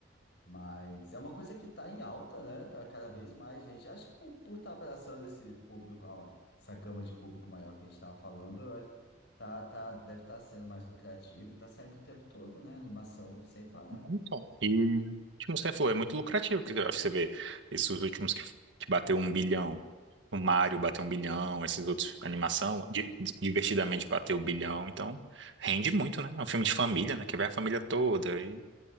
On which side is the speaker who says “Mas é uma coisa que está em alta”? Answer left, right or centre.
Left